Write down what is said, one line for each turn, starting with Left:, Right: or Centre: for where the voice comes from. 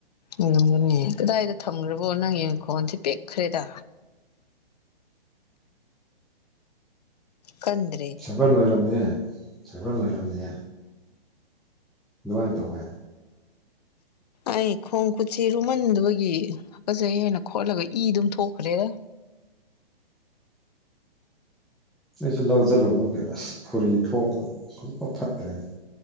Left: ꯑꯣꯏꯔꯝꯒꯅꯤ ꯀꯗꯥꯏꯗ ꯊꯝꯈ꯭ꯔꯕꯣ ꯅꯪꯒꯤ ꯃꯈꯣꯟꯁꯦ ꯄꯤꯛꯈ꯭ꯔꯦꯗ ꯀꯟꯗ꯭ꯔ‌ꯦ
Centre: ꯁꯕꯔ ꯂꯣꯏꯔꯝꯃ‌ꯦ ꯁꯕꯔ ꯂꯣꯏꯔꯝꯃꯦ ꯑꯗꯨꯃꯥꯏꯅ ꯇꯧꯋꯦ
Left: ꯑꯩ ꯈꯣꯡ ꯈꯨꯠꯁꯤ ꯂꯨꯃꯟꯗꯕꯒꯤ ꯍꯥꯀꯖꯩ ꯍꯥꯏꯅ ꯈꯣꯠꯂꯒ ꯏ ꯑꯗꯨꯝ ꯊꯣꯛꯈ꯭ꯔꯦꯗ
Centre: ꯑꯩꯁꯨ ꯂꯧ ꯆꯠꯂꯨꯕꯒꯤ ꯑꯁ ꯐꯨꯔꯤ ꯊꯣꯛꯇ ꯈꯨꯖꯤꯛꯄ ꯐꯠꯇ꯭ꯔꯦꯅꯦ